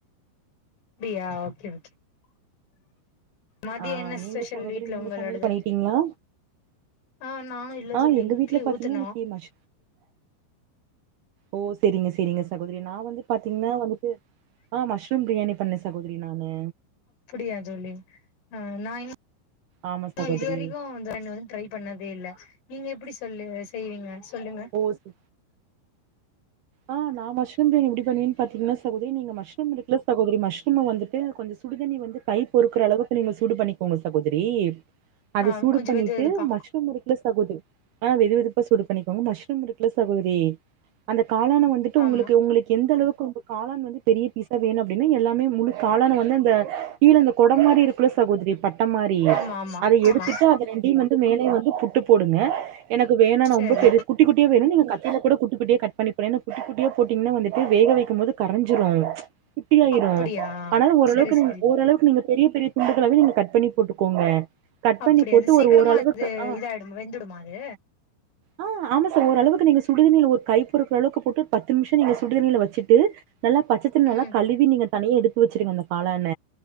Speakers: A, on the left; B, on the right.
A: அப்டியா ஓகே ஓகே மதிய
B: ஆ
A: என்ன
B: நீங்க
A: ஸ்பெஷல்
B: சகோதரி
A: வீட்ல
B: நீங்க
A: உங்களோடுது
B: சமையல் பண்ணிட்டீங்களா
A: ஆ நானு இல்ல
B: ஆ
A: ஜொல்லி
B: எங்க
A: இட்லி
B: வீட்ல பாத்தீங்கன்னா
A: ஊத்தனு
B: இன்னைக்கு மஷ் ஓ செரிங்க செரிங்க சகோதரி நா வந்து பாத்தீங்கன்னா வந்துட்டு ஆ மஷ்ரூம் பிரியாணி பண்ணே சகோதரி நானு
A: ய ஜொல்லி நா இன்னு
B: ஆமா சகோதரி
A: இதுவரைக்கு வந்து நா ட்ரை பண்ணதே இல்ல நீங்க எப்டி சொல்லு செய்வீங்க சொல்லுங்க
B: ஓ சு ஆ நா மஷ்ரூ பிரியாணி எப்டி பண்ணுவேன்னு பாத்தீங்ன்னா சகோதரி நீங்க மஷ்ரூ இருக்கல சகோதரி மஷ்ரூ மஷ்ரூம வந்துட்டு கொஞ்சம் சுடுதண்ணி வந்து கைப் பொறுக்கிற அளவுக்கு நீங்க சூடு பண்ணிக்கோங்க சகோதரி அத
A: ஆ
B: சூடு
A: கொஞ்சோ
B: பண்ணிட்டு
A: வெது வெதுப்பா
B: மஷ்ரூம் இருக்குல சகோதரி அ வெது வெதுப்பா சூடு பண்ணிக்கோங்க மஷ்ரூம் இருக்கல சகோதரி அந்த காளான வந்துட்டு
A: ஆமா
B: உங்களுக்கு உங்களுக்கு எந்த அளவுக்கு காளான் வந்து பெரிய பீஸ் வேணு அப்படின்னா எல்லாமே முழு காளான வந்து அந்த கீழ அந்த கொடம் மாதிரி இருக்குல்ல சகோதரி பட்ட மாரி
A: ஆமா ஆமா
B: அத எடுத்துட்டு
A: ஆமா
B: அத ரெண்டையும் வந்து மேலேயும் வந்து புட்டு போடுங்க எனக்கு வேணுன்ன
A: சரி
B: ரொம்ப பெரிய குட்டி குட்டிய வேணுனா நீங்க கத்தில‌ கூட குட்டிக் குட்டிய கட் பண்ணி போட ஏன்னா குட்டிக் குட்டியா போட்டீங்கன்னா வந்து வேக வைக்கும் போது கரைஞ்சிரு குட்டிாயிரும்
A: அப்படியா
B: அனால ஓரளவுக்கு
A: செரி செரி
B: ஓரளவுக்கு நீங்க பெரிய பெரிய துண்டுகளாவே நீங்க கட் பண்ணி போட்டுக்கோங்க கட்
A: அப்படியா
B: பண்ணி போட்டு
A: அது சீக்கிரமா
B: ஒரு ஓரளவுக்கு
A: அது
B: ஆ
A: இதாயிடுமா வெந்துடுமா அது
B: ஆ ஆமா சார் ஒரு அளவுக்கு நீங்க சுடு தண்ணியில ஒரு கை பொறுக்கிற அளவுக்கு போட்டு பத்து நிமிஷம் நீங்க சுடுதண்ணியில வச்சிட்டு நல்லா பச்சத்தண்ணீல நல்லா
A: ம்
B: கழுவி நீங்க தனியே எடுத்து வச்சிருங்க அந்த காளான